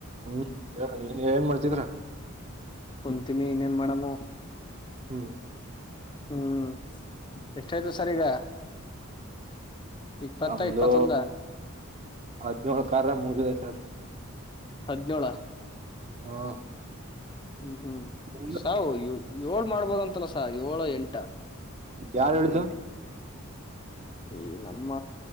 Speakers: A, on the right; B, on the left.
A: ಹೂಂ <inaudible> ನೀನ್ ಏನ್ ಮಾಡ್ತಿದ್ರ
B: ಂತಮಿ ಇನ್ನ ನ್ ಮಾಡಾಮ
A: ಹ್ಮ
B: ಹ್ಮ್ ಎಷ್ಟಾಯ್ತು ಸರ್ ಈಗ ಇಪ್ಪತ್ತ
A: ನಮ್ದು
B: ಇಪ್ಪತ್ತೊಂದ
A: ಹದಿನೋಳ್ ಕಾರ ಮುಗಿದೆ ಸರ್
B: ಹದಿನೋೇಳ
A: ಹಾ
B: ಹ್ಮ್ ಹ್ಮ್
A: ನಿಮ್ದು?
B: ಸಾವ್ ಈವ್. ಏಳ್ ಮಾಡ್ಬೋದಂತಲಸ ಏಳು ಎಂಟ.
A: ಯಾರು ಹೇಳಿದು.
B: ಈ ನಮ್ಮ